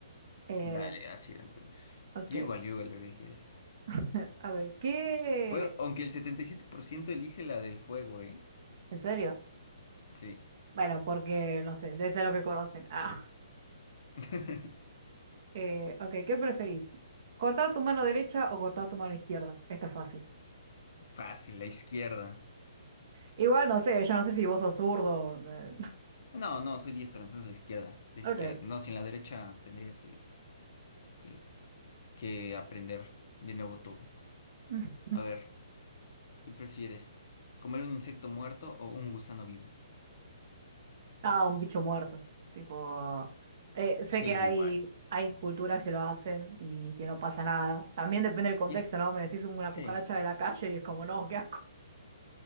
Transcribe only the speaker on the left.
Dale, ácida entonces.
Yo igual, yo igual lo elegí ese.
Bueno, aunque el 77% elige la del fuego, ¿eh?
Sí.
<laughs>
Fácil, la izquierda.
No, no, soy diestra, entonces la izquierda. La izquierda.
No, sin la derecha tendría que, que, que aprender de nuevo todo.
A ver, ¿qué prefieres? ¿Comer un insecto muerto o un gusano vivo?
Sí,
yo igual.
Y es-
sí,